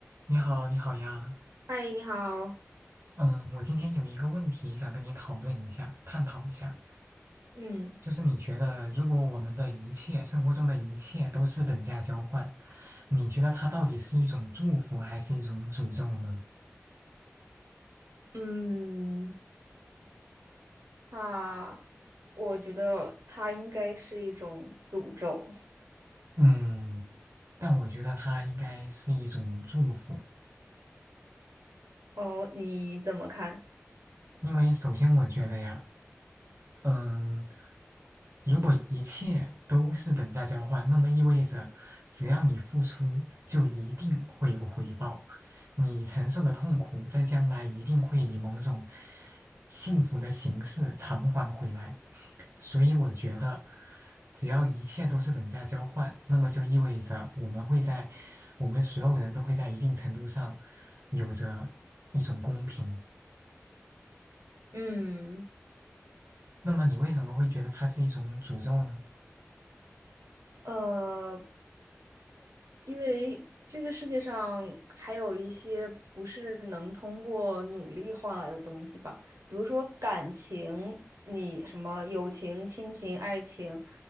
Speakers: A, on the right; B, on the right.
A: 你好，你好呀。
B: 嗨，你好。
A: 嗯，我今天有一个问题想跟你讨论一下，探讨一下，
B: 嗯
A: 就是你觉得如果我们的一切，生活中的一切都是等价交换，你觉得它到底是一种祝福还是一种诅咒呢？
B: 嗯，他，我觉得它应该是一种诅咒。
A: 嗯，但我觉得它应该是一种祝福，
B: 哦，你怎么看？
A: 因为首先我觉得呀，嗯。如果一切都是等价交换，那么意味着只要你付出，就一定会有回报。你承受的痛苦，在将来一定会以某种幸福的形式偿还回来。所以我觉得，只要一切都是等价交换，那么就意味着我们会在，我们所有人都会在一定程度上有着一种公平。
B: 嗯，
A: 那么你为什么会觉得它是一种诅咒呢？
B: 呃，因为这个世界上还有一些不是能通过努力换来的东西吧，比如说感情，你什么友情、亲情、爱情，